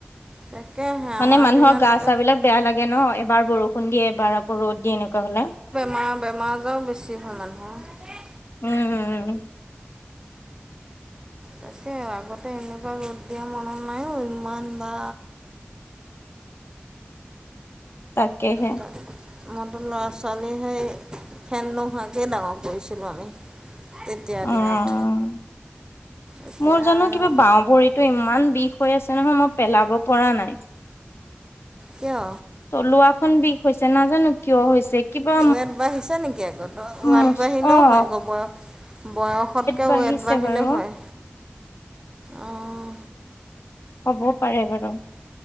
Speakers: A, on the left (about 75°); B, on the right (about 20°).
A: <inaudible>
B: তাকেহে আমাৰ
A: মানে মানুহৰ
B: দিনত
A: গা চা, বিলাক বেয়া লাগে ন, এবাৰ বৰষুণ দিয়ে এবাৰ আকৌ ৰ'দ দিয়ে এনেকুৱা হলে।
B: তোমাৰ বেমাৰ আজাৰ বেছি হয়, মানুহ
A: উম, উম।
B: তাকে আগতে এনেকুৱা ৰ'দ দিয়া মনত নাইো ইমান বা।
A: <inaudible> তাকেহে।
B: তাত মইতো ল'ৰা ছোৱালীহেই ফেন নোহোৱাকৈ ডাঙৰ কৰিছিলোঁ আমি। তেতিয়াৰ
A: উম।
B: দিনত এতিয়া
A: মোৰ জানো
B: আৰু
A: কিবা বাওঁ ভৰিতটো ইমান বিষ হৈ আছে নহয়, মই পেলাব পৰা নাই।
B: কিয়?
A: তলুৱা খন বিষ হৈছে নাজানো কিয় হৈছে? কিবা
B: ৱেট বাঢ়িছো নেকি আকৌ,
A: উ
B: ৱেট বাঢ়িলেও
A: অ
B: হয় আক বয় বয়সতকৈ
A: বাঢ়িছে
B: ৱেট বাঢ়িলে
A: বাৰু
B: হয়। অঁ
A: হ'বও পাৰে বাৰু।